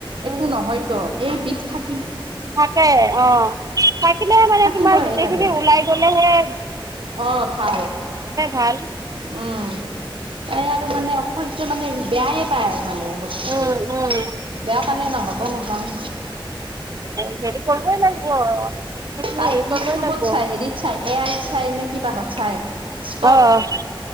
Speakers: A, on the right; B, on the right.
A: এইটো
B: উম
A: নহয়তো এই বিষ থাক
B: থাকে অ'। <unintelligible> মানে
A: থাকিবহে
B: তোমাৰ, গোটেই
A: লাগে
B: খিনি ওলাই গ'লেহে
A: অ', ভাল
B: ভাল
A: উম, তাই আৰু মানে অসৈ টো মানে বেয়াই পায়। মানে বস্তুটো
B: উম উম
A: বেয়া পালে নহ'ব নহয়।
B: ৰাতিপুৱাবয় লাগিব। সেইখিনি
A: তাই
B: হেৰি কৰিবই
A: ইউটিউবত
B: লাগিব
A: চাই, হেৰিত চাই, এ আইত চাই নে, কিবাহত চাই। ষ্টপ
B: অ